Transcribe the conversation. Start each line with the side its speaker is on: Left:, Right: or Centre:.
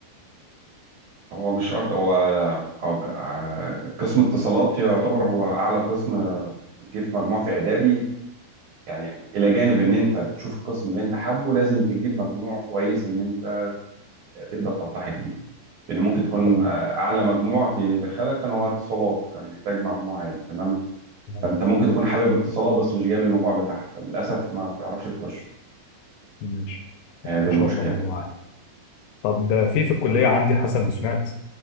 Right: هو مش شرط هو هو ب- آه، قسم اتصالات يعتبر هو أعلى قسم آه، بتجيب مجموع في إعدادي يعني إلى جانب إن أنت تشوف القسم اللي أنت حابه لازم تجيب مجموع كويس إن أنت تقدر تلتحق بيه لان ممكن تكون
Left: حلو
Right: اعلى مجموع بيدخلك كان هو اتصالات كان بيحتاج مجموع عالي تمام
Left: تمام
Right: فانت ممكن تكون حابب اتصالات بس مش جايب المجموع بتاعها فللاسف ما بتعرفش تخشه
Left: ماشي
Right: هي
Left: آه ما
Right: دي المشكله
Left: شاء الله مجموع عالي طب آه، في في الكلية
Right: تمام
Left: عندي حسب ما سمعت